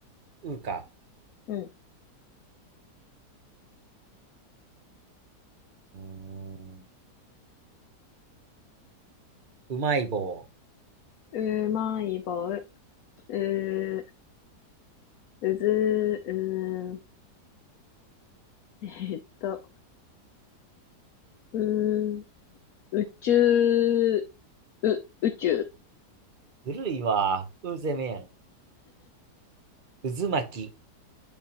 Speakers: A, on the right; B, on the left.
A: うか。
B: う
A: うーん、うまい棒。
B: ん、うまい棒、う、うず、うー、えーっと、う、宇宙、う、宇宙、
A: ずるいわ。うぜめやん。渦巻き。